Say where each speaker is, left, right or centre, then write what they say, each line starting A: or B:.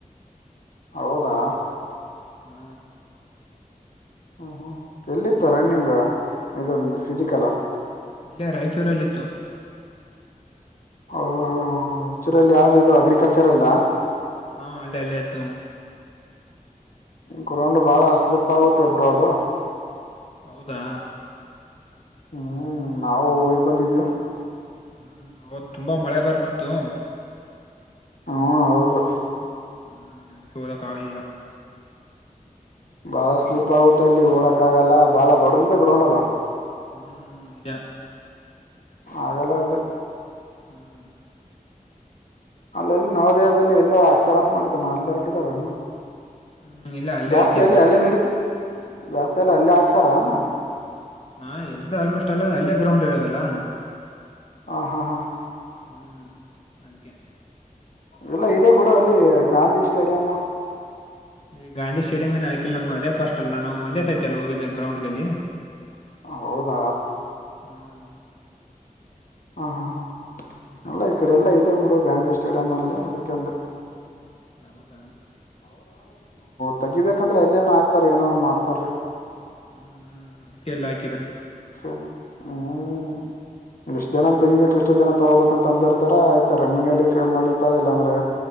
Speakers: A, on the left (about 75°); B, on the left (about 45°).
A: ಹೌದಾ
B: ಹ್ಮ
A: ಹ ಹ್ಮ ಎಲ್ಲಿತ್ತ ರನ್ನಿಂಗ್ ಇ ಫಿಸಿಕಲ್.
B: ಇಲ್ಲೇ ರಾಯಚೂರಲ್ಲಿತ್ತು.
A: ಹ ಆಕ್ಚರಿಲ್ಲಿ ಯಾವ್ದು
B: ಹ್ಮ್
A: ಇದು ಅಗ್ರಿಕಲ್ಚರ್ ಎಲ್ಲ.
B: ಹಾ ಅಲ್ಲೇ ಅಲ್ಲೇತ.
A: ಗ್ರೌಂಡ್ ಬಾಳ ಅ ಸ್ಲಿಪ್ ಆಗುತ್ತೆ ಇಬ್ರೋ ಅದು.
B: ಹೌದಾ
A: ಹ್ಮ್ ನಾವು ಇ ಬಂದಿದ್ವಿ.
B: ಹ್ಮ್ ಅವತ್ ತುಂಬಾ ಮಳೆ ಬರ್ತಿತ್ತು
A: ಹ್ಮ ಹೌದು
B: ಹ್ಮ್ ಅದಕ್ಕೆ ಓಡೋಕೆ ಆಗಲಿಲ್ಲ
A: ಬಾಳ ಸ್ಲಿಪ್ ಆಗುತ್ತ ಅಲ್ಲಿ ಓಡಕ್ ಆಗಲ್ಲ ಬಾಳ ದೊಡ್ಡದಿದೆ ಗ್ರೌಂಡ್ ಅದ
B: ಹ್ಮ್ ನಿಜ
A: ಆಗಲ್ಲ ಅಲ್ಲಿ
B: ಹ್ಮ್
A: ಅಲ್ಲ ಎಲ್ಲಿ ನವೋದಯದಲ್ಲಿ ಎಲ್ಲೋ ಹಾಕ್ತಾರ ಅಂತ ಮಾಡಿದ್ದವ ನಾ ಅಲ್ಲಿ ಹಾಕಿದಾರೇನು
B: ಹ್ಮ್ ಇಲ್ಲ ಅಲ್ಲೇ
A: ಜಾಸ್ತಿಯಲ್ಲಿ
B: ಹಾಕಿದ್ ನಾನು.
A: ಅಲ್ಲೆ ನೆಡಿ ಜಾಸ್ತಿಯಲ್ಲ ಅಲ್ಲೆ ಆಕ್ತಾರ ಏನು
B: ಹಾ ಎಲ್ದು ಆಲ್ಮೋಸ್ಟ್ ಎಲ್ಲ ಅಲ್ಲೇ ಗ್ರೌಂಡ್ ಇರೋದಲ್ಲ
A: ಹಾ ಹಾ ಹಾ
B: ಹ್ಮ್ ಅದಕ್ಕೆೇ
A: ಇಲ್ಲ ಇದೆ ಬಿಡು ಅಲ್ಲಿ ಗಾಂಧಿ ಸ್ಟೇಡಿಯಂ
B: ಈ ಗಾಂಧಿ ಸ್ಟೇಡಿಯಂ ಇನ್ ಹಾಕಿಲ್ಲ ನಮ್ಗೆ ಅದೇ ಫಸ್ಟ್ ಅಲ್ಲ ನಾನು ಒಂದೇ ಸತಿ ಅಲ್ಲ ಹೋಗಿದ್ದು ಗ್ರೌಂಡ್ಗೆಲ್ಲಿ
A: ಹೌದ
B: ಹ್ಮ್
A: ಹಾ ಹಾ ಹಾ
B: ಹ್ಮ್
A: ಎಲ್ಲ ಈ ಕಡೆ ಎಲ್ಲಾ ಇದೆ ಬಿಡು ಗಾಂಧಿ ಸ್ಟೇಡಿಯಂ ಅಲ್ಲೇ ಅದಿಕ್ಕೆ ಅಂದೇ
B: ಹೌದ
A: ತೆಗಿಬೇಕಂದ್ರೆ ಎಲ್ಲ ಏನ ಆಗ್ತಾರ ಏನೋ ಒಂದು ಮಾಡ್ತಾರೇ
B: ಹ್ಮ್ ಹ್ಮ್ ಅದಕ್ಕೆಲ್ಲ ಹಾಕಿ
A: ಹ್ಮ್
B: ಹ್ಮ್
A: ಎಷ್ಟು ಜನ ತೆಗಿಬೇಕು ಎಷ್ಟು ಜನ ತಗೋಬೇಕ ಅಂತ ಅಂದಿರ್ತಾರ ಆಯ್ತ ರರನ್ನಿಂಗ್ ಅಲ್ಲಿ ಫೇಲ್ ಮಾಡಿರ್ತಾರ ಇಲ್ಲಾ ಅಂದ್ರೆ